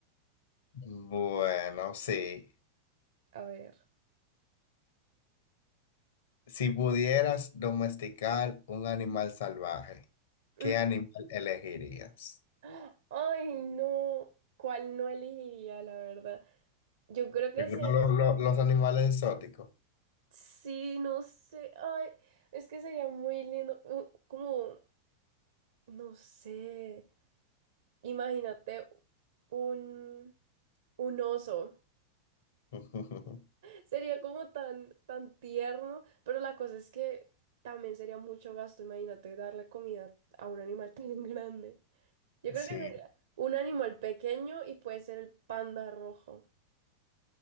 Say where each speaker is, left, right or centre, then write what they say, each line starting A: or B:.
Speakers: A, on the left (about 60°); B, on the right (about 60°).
A: Bueno, sí.
B: A ver.
A: Si pudieras domesticar un animal salvaje,
B: <gasps>
A: ¿qué animal elegirías?
B: Mm. Ay, no. ¿Cuál no elegiría, la verdad? Yo creo que
A: Algunos
B: se-
A: lo- lo- los animales exóticos.
B: sí, no sé. Ay, es que sería muy lindo. uh, Como, no sé. Imagínate un, un oso.
A: <laughs>
B: Sería como tan, tan tierno, pero la cosa es que también sería mucho gasto. Imagínate darle comida a un animal <laughs> tan grande. Yo creo
A: Sí.
B: que sería un animal pequeño y puede ser el panda rojo.